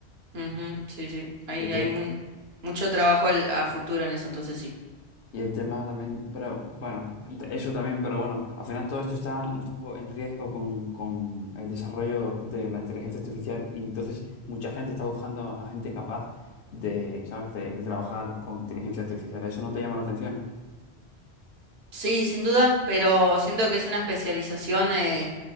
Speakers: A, on the right; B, on the left.
A: Ujú, sí, sí, hay,
B: Y el, te-
A: hay mu- mucho trabajo al- a futuro en eso, entonces sí.
B: y el tema también, pero bueno, te- eso también, pero bueno, al final todo esto está un poco en riesgo con, con el desarrollo de la inteligencia artificial y entonces mucha gente está buscando a gente capaz de, ¿sabes?, de, de trabajar con inteligencia artificial. ¿Eso no te llama la atención?
A: Sí, sin duda, pero siento que es una especialización, eh,